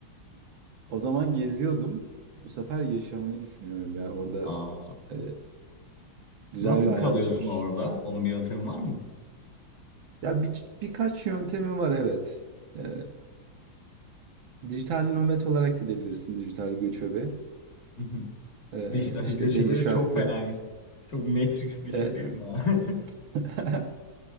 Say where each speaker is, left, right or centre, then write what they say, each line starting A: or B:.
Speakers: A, on the right (about 70°); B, on the left (about 35°).
A: <laughs> o zaman geziyordum. Bu sefer yaşamayı düşünüyorum ya. Orada
B: <laughs> Aa,
A: e, güzel
B: nasıl
A: bir hayat
B: kalıyorsun
A: var.
B: orada? Onun bir yöntemi var mı?
A: Ya bir, birkaç yöntemi var evet. E, dijital nomad olarak gidebilirsin dijital göçebe.
B: <laughs>
A: Ee,
B: Dijital
A: işte
B: göçebe
A: belli şartları.
B: çok fenaymış. Çok Matrix bir şey
A: Ee,
B: değil mi? abi?
A: <laughs>